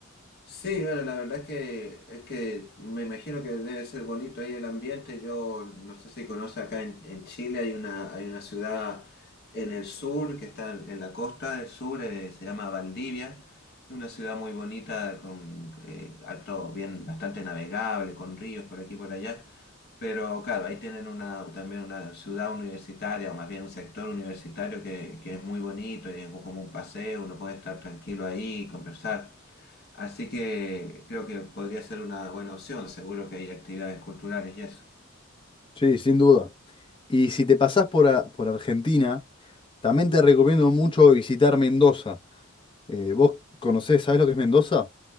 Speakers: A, on the left; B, on the left.
A: Sí, bueno, la verdad es que, es que me imagino que debe ser bonito ahí el ambiente. Yo no sé si conoce acá en, en Chile, hay una, hay una ciudad en el sur que está en la costa del sur, eh, se llama Valdivia. Es una ciudad muy bonita, con eh, alto, bien, bastante navegable, con ríos por aquí y por allá. Pero claro, ahí tienen una, también una ciudad universitaria, o más bien un sector universitario que, que es muy bonito y es como un paseo, uno puede estar tranquilo ahí, conversar. Así que creo que podría ser una buena opción, seguro que hay actividades culturales y eso.
B: Sí, sin duda. Y si te pasás por, a- por Argentina, también te recomiendo mucho visitar Mendoza. Eh, ¿vos conocés, sabés lo que es Mendoza?